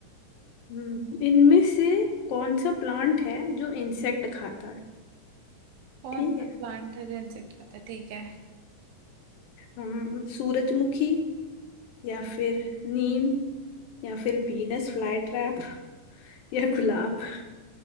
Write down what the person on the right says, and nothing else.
कौन
सा
प्लांट है जो इंसेक्ट खाता है ठीक है